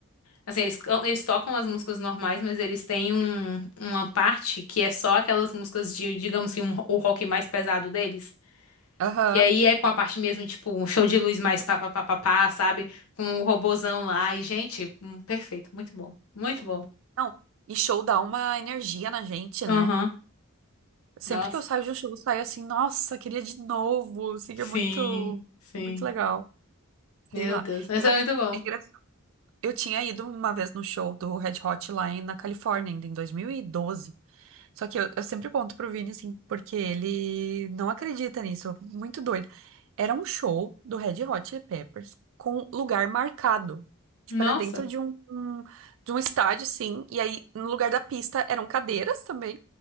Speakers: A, on the left; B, on the right.
A: Assim, eles, eles tocam as músicas normais, mas eles têm um, uma parte que é só aquelas músicas de, digamos assim um- o rock mais pesado deles.
B: Aham.
A: Que aí é com a parte mesmo, tipo, um show de luz mais pá, pá, pá, pá, pá, sabe? Com o robozão lá. E, gente, hum, perfeito. Muito bom. Muito bom.
B: Não, e show dá uma energia na gente,
A: Aham.
B: né? Sempre
A: Nossa.
B: que eu saio de um show, eu saio assim, nossa, queria de novo. Assim,
A: Sim,
B: é muito,
A: sim.
B: muito legal.
A: Meu
B: Sei lá.
A: Deus. Mas
B: E olha,
A: é muito bom.
B: é engraçado. Eu tinha ido uma vez no show do Red Hot lá em- na Califórnia, ainda em 2012. Só que eu, eu sempre conto pro Vini, assim, porque ele não acredita nisso. Muito doido. Era um show do Red Hot Chili Peppers com lugar marcado. Tipo,
A: Nossa.
B: era dentro de um, um- de um estádio, sim. E aí, no lugar da pista, eram cadeiras também.